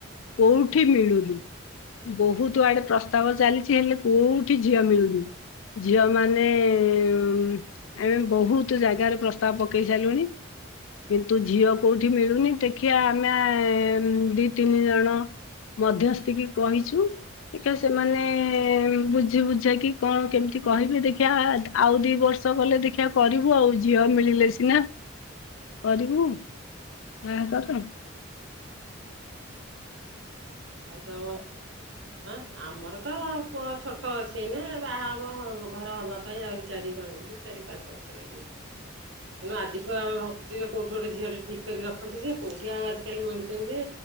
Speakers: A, on the left; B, on the right.
A: କୋଉଠି ମିଳୁନି। ବହୁତ ଆଡେ ପ୍ରସ୍ତାବ ଚାଲିଛି ହେଲେ କୋଉଠି ଝିଅ ମିଳୁନି। ଝିଅମାନେ ଆମେ ବହୁତ ଜାଗାରେ ପ୍ରସ୍ତାବ ପକେଇ ସାରିଲୁଣି। କିନ୍ତୁ ଝିଅ କୋଉଠି ମିଳୁନି ଦେଖିବା ଆମେ ଦି ତିନି ଜଣ ମଧ୍ୟସ୍ଥିକି କହିଛୁ। ଟିକେ ସେମାନେ ବୁଝି ବୁଝା କିି କଣ କେମିତି କହିବେ ଦେଖିବା ଆଉ ଦି ବର୍ଷ ଚ ଗଲେ ଦେଖିବା କରିବୁ ଆଉ। ଝିଅ ମିଳିଲେ ସିନା କରିବୁ ବାହାଘର।
B: ଆଉ ତମ ହଁ ଆମର ତ ପୁଅ ଛୋଟ ଅଛି ଏନେ ବାହାହବ ଘର ହବା ପାଇଁ ଆହୁରି ଚାରି ପାଞ୍ଚ ଚାରି ପାଞ୍ଚ ବର୍ଷ ଲାଗିବ। ତେଣୁ ଆଜିଠୁ ଆମେ ଭାବ ଯେ କୋଉଠି ଗୋଟେ ଝିଅ ଟେ ଠିକ କରିିକି ରଖନ୍ତି ଯେ କୋଉଠି ଆଉ ଆଜିିକାଲି ମିଳୁଛନ୍ତି ଯେ